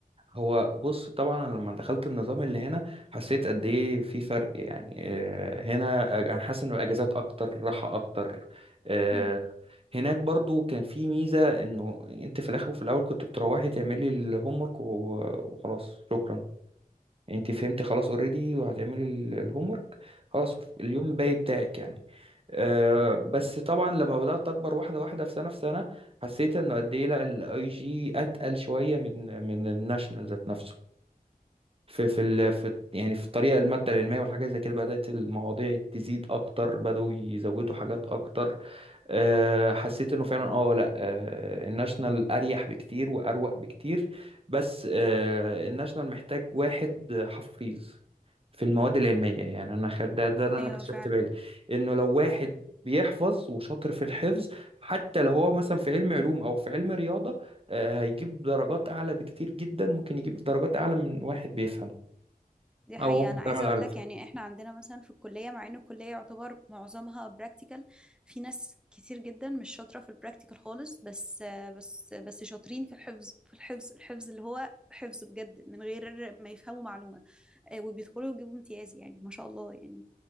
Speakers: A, on the right; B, in the centre.
A: هو بص طبعا أنا لما دخلت النظام اللي هنا حسيت قد ايه
B: امم
A: في فرق يعني آه، هنا انا حاسس ان الاجازات اكتر راحة اكتر آه،
B: امم
A: هناك برضو كان في ميزة انه انت في الاخر وفي الاول كنت بتروحي تعملي الهومورك وخلاص شكرا انت فهمتي
B: امم
A: خلاص اوريدي وهتعملي ال- الهوم ورك خلاص اليوم باقي بتاعك يعني أه
B: امم
A: بس طبعا لما بدأت أكبر واحدة واحدة في سنة في سنة حسيت إنه قد إيه لا الأي جي أتقل شوية من من الناشونال ذات نفسه في في ال في يعني في الطريقة المادة العلمية والحاجات زي كده بدأت المواضيع تزيد أكتر بدأوا يزودوا حاجات أكتر أه حسيت إنه فعلا أه لا أه الناشونال أريح بكتير وأروق بكتير بس أه الناشونال محتاج واحد حفيظ في المواد العلمية يعني أنا خد ده, ده اللي
B: ايوه
A: أنا اكتشفت
B: فعلا
A: بالي إنه لو واحد بيحفظ وشاطر في الحفظ حتى لو هو مثلا في علم علوم أو في علم رياضة آه، هيجيب درجات أعلى بكتير جدا ممكن يجيب درجات أعلى من واحد بيفهم
B: دي حقيقة
A: أو هو معتمد
B: أنا عايزة
A: على
B: أقول
A: الفهم
B: لك يعني إحنا عندنا مثلا في الكلية مع إن الكلية يعتبر معظمها براكتيكال في ناس كتير جدا مش شاطرة في البراكتيكال خالص بس بس بس شاطرين في الحفظ في الحفظ الحفظ اللي هو حفظ بجد من غير ما يفهموا معلومة آه، وبيدخلوا يجيبوا امتياز يعني ما شاء الله يعني